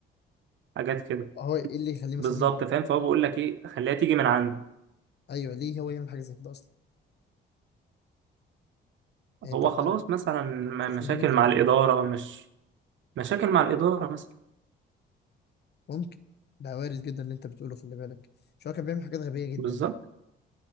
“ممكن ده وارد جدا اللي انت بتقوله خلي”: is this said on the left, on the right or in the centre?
Left